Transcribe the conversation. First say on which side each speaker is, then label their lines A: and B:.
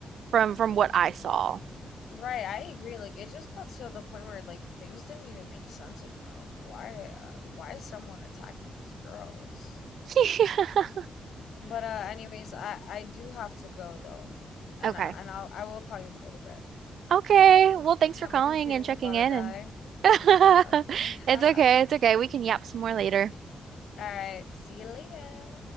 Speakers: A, on the right (about 70°); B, on the left (about 75°).
A: from from what I saw.
B: Right, I agree. Like it just got to the point where like things didn't even make sense anymore. Like why uh, why is someone attacking these girls?
A: <laughs>
B: But uh anyways, I I do have to go though. And
A: Okay.
B: I, and I'll I will call you in a little bit.
A: Okay. Well, thanks
B: Yeah,
A: for
B: my
A: calling
B: computer's
A: and checking
B: about to
A: in
B: die.
A: and <laughs>
B: That's why.
A: It's
B: <laughs>
A: okay. It's okay. We can yap some more later.
B: All right, see you later.